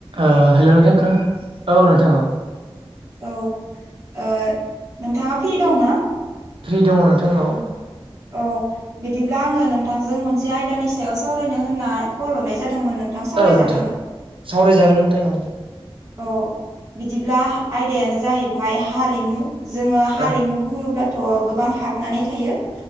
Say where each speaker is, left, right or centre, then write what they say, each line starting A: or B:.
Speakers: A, on the right; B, on the right.
A: आ हेल' नोंथां खोना औ नोंथां औ।
B: औ आ नोंथाङा फ्रि दंना?
A: फ्रि दङ नोंथां औ।
B: औ। बिदिब्ला आङो नोंथांजों मोनसे आयदानि सायाव सावरायनो होनना कल हरनाय जादोंमोन नों थां सावरायजागोनना?
A: औ नोंथां सावरायजागोन नोंथां औ
B: औ बिदिब्ला आयदायानो जाहैबाय हारिमु। जोङो हारिमु
A: औ
B: बुङोब्लाथ' गोबां हाबनानै थायो।